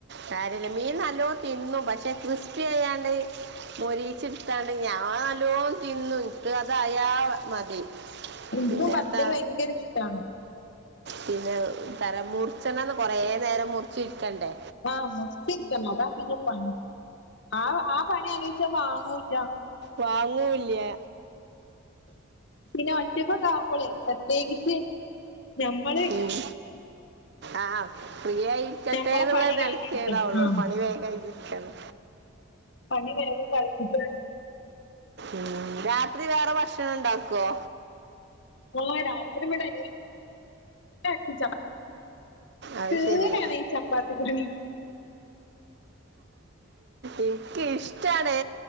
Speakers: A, on the right; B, on the left.
A: കാര്യമല്ല മീൻ നല്ലോണം തിന്നും പക്ഷെ ക്രിസ്പി അയാണ്ട് മൊരി ചിട്ടാണ്ട് ഞാങ്ങള് നല്ലോണം തിന്നും ന്ക്ക് അതയാ മതി
B: എനിക്കും
A: പിന്നെ
B: ബത്തൽ
A: എന്താ
B: ഭയങ്കര ഇഷ്ടാ
A: പിന്നെ തര മുറിച്ചെണ്ണത് കൊറേ നേരം മുറച്ച് ഇരിക്കണ്ടേ
B: ആഹ് മുറിചിരിക്കണം അതാ പിന്നെ പണി ആഹ് ആഹ് പണിയാലോയിച്ച വാങ്ങൂല്ല
A: വാങ്ങൂല്ല്യ
B: പിന്നെ ഒറ്റക്കൊക്കാവുമ്പോളേ പ്രത്യേകിച്ച് ഞമ്മള്
A: ഉം ആഹ് ഫ്രിയായിരിക്കട്ടെ
B: ഞമ്മളെ
A: എന്നുള്ള
B: പണി
A: നിലക്ക്
B: കഴിഞ്ഞിരിക്കും
A: ഏതാവള്ളൂ
B: ആ
A: പണി വേഗായിരിക്കന്ന്
B: പണി വേഗം കഴിച്ചിട്ട്
A: ഉം രാത്രി വേറെ ഭക്ഷണം ഉണ്ടാക്കുവോ
B: ആഹ് രാത്രി ഇവിടെ എല്ലാർക്കും ചപ്പാ
A: അത്
B: തീരുവേലേ
A: ശരി
B: ഈ ചപ്പാത്തി പണി
A: എനിക്ക് ഇഷ്ടാണ്